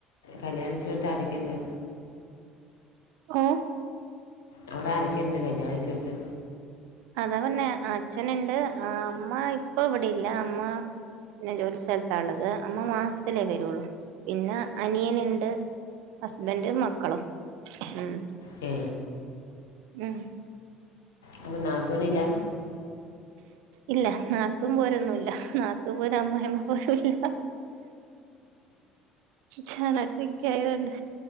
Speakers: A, on the left (about 85°); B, on the right (about 75°).
A: കല്യാണം കഴിച്ചോടത്ത് ആരെക്കെ ഉണ്ട്?
B: ഏ
A: അവിടെ ആരെക്കെയുണ്ട്? കല്യാണം കഴിച്ചോടത്ത്.
B: അതാ പറഞ്ഞേ, അച്ഛനുണ്ട് അമ്മ ഇപ്പൊ ഇവിടെയില്ല. അമ്മ പിന്നെ ജോലി സ്ഥലത്താ ഉള്ളത്. അമ്മ മാസത്തിലേ വരുള്ളു. പിന്നെ അനിയനുണ്ട്. ഹസ്ബൻൻ്റും മക്കളും ഉം.
A: ഏ
B: ഉം
A: അപ്പം നാത്തൂനില്ല?
B: ഇല്ല നാത്തും പോരൊന്നും ഇല്ല. നാത്തും പോരാ അമ്മായിഅമ്മ പോരോന്നില്ല. ഞാനൊറ്റകായതൊണ്ട്.